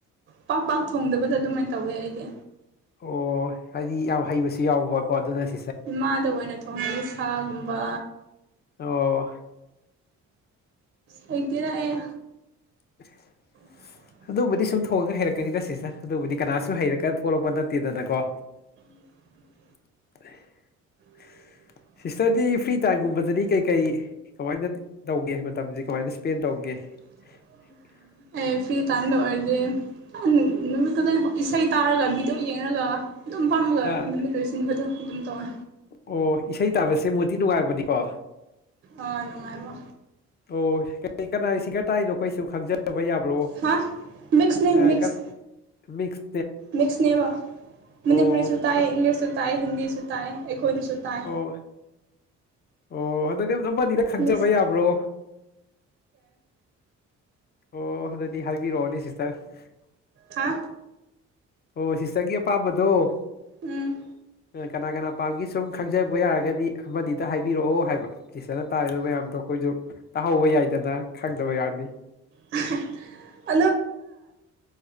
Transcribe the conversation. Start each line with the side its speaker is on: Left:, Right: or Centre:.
Right: ꯄꯥꯛ ꯄꯥꯛ ꯊꯣꯡꯗꯕꯗ ꯑꯗꯨꯃꯥꯏꯅ ꯇꯧꯋꯦ ꯑꯩꯗꯤ
Left: ꯑꯣ ꯍꯥꯏꯗꯤ ꯌꯥꯝ ꯍꯩꯕꯁꯨ ꯌꯥꯎꯕꯀꯣ ꯑꯗꯨꯅ ꯁꯤ
Right: ꯏꯃꯥꯗ ꯑꯣꯏꯅ ꯊꯣꯡꯍꯜꯂꯦ ꯁꯥꯒꯨꯝꯕ
Left: ꯑꯣ
Right: ꯍꯩꯇꯦꯗ ꯑꯩ
Left: <inaudible>
Right: <inaudible>
Left: ꯑꯗꯨꯕꯨꯗꯤ ꯁꯨꯝ ꯊꯣꯡꯉꯒ ꯍꯩꯔꯛꯀꯅꯤꯗ ꯁꯤꯁꯇꯔ ꯑꯗꯨꯕꯨꯗꯤ ꯀꯅꯥꯁꯨ ꯍꯩꯔꯒ ꯊꯣꯛꯂꯛꯄ ꯅꯠꯇꯦꯗꯅꯀꯣ
Right: <inaudible>
Left: <unintelligible>
Right: <inaudible>
Left: ꯁꯤꯁꯇꯔꯗꯤ ꯐ꯭ꯔꯤ ꯇꯥꯏꯝꯒꯨꯝꯕꯗꯗꯤ ꯀꯩ ꯀꯩ ꯀꯃꯥꯏꯅ ꯇꯧꯒꯦ ꯃꯇꯝꯖꯦ ꯀꯃꯥꯏꯅ ꯏꯁꯄꯦꯟ ꯇꯧꯒꯦ
Right: <inaudible>
Left: <unintelligible>
Right: ꯑꯩ ꯐ꯭ꯔꯤ ꯇꯥꯏꯝꯗ ꯑꯣꯏꯔꯗꯤ ꯗꯨꯝ ꯅꯨꯃꯤꯠ ꯈꯨꯗꯤꯡ ꯏꯁꯩ ꯇꯥꯔꯒ ꯚꯤꯗꯤꯑꯣ ꯌꯦꯡꯔꯒ ꯑꯗꯨꯝ ꯐꯝꯃꯒ
Left: ꯑꯥ
Right: ꯅꯨꯃꯤꯠ ꯂꯣꯏꯁꯤꯟꯕꯗꯣ ꯑꯗꯨꯝ ꯇꯧꯋꯦ
Left: ꯑꯣ ꯏꯁꯩ ꯇꯥꯕꯁꯦ ꯃꯨꯠ ꯊꯤ ꯅꯨꯡꯉꯥꯏꯕꯅꯤꯀꯣ
Right: ꯑꯥ ꯅꯨꯡꯉꯥꯏꯕ
Left: ꯑꯣ ꯀꯅ ꯀꯅꯥꯏ ꯁꯤꯡꯒꯔ ꯇꯥꯔꯤꯅꯣ ꯑꯩꯈꯣꯏ ꯁꯨ ꯈꯪꯖꯕ ꯌꯥꯕ꯭ꯔꯣ
Right: ꯍꯥ ꯃꯤꯛꯁꯅꯦ
Left: ꯀꯥꯏ
Right: ꯃꯤꯛꯁ
Left: ꯀꯔ ꯃꯤꯛꯁ
Right: ꯃꯤꯛꯁꯅꯦꯕ ꯃꯅꯤꯄꯨꯔꯤ
Left: ꯑꯣ
Right: ꯁꯨꯇꯥꯏ
Left: ꯑꯝ-
Right: ꯏꯪꯂꯤꯁꯁꯨ ꯇꯥꯏ ꯍꯤꯟꯗꯤ ꯁꯨꯇꯥꯏ ꯑꯩ ꯍꯣꯏꯗꯨꯁꯨ ꯇꯥꯏ
Left: ꯑꯣ ꯑꯣ ꯑꯗꯨꯅꯦꯕ ꯗꯣ ꯑꯃ ꯑꯅꯤꯗ ꯈꯪꯖꯕ
Right: ꯃꯤꯛꯁ
Left: ꯌꯥꯕ꯭ꯔꯣ ꯑꯣ ꯑꯗꯨꯗꯤ ꯍꯥꯏꯕꯤꯔꯛꯑꯣꯅꯦ ꯁꯤꯁꯇꯔ
Right: ꯍꯥ
Left: ꯑꯣ ꯁꯤꯁꯇꯔꯒꯤ ꯑꯄꯥꯝꯕꯗꯣ
Right: ꯎꯝ
Left: ꯅ ꯀꯅꯥ ꯀꯅꯥ ꯄꯥꯝꯒꯦ ꯁꯨꯝ ꯈꯪꯖꯕ ꯌꯥꯔꯒꯗꯤ ꯑꯃꯅꯤꯗ ꯍꯥꯏꯕꯤꯔꯛꯑꯣ ꯍꯥꯏꯕ ꯇꯤꯆꯔꯅ ꯇꯥꯛꯏꯕ ꯃꯌꯥꯝꯗꯣ ꯑꯩꯈꯣꯏꯖꯨ ꯇꯥꯍꯧꯕ ꯌꯥꯏꯗꯅ ꯈꯪꯗꯕ ꯌꯥꯎꯔꯗꯤ
Right: <unintelligible>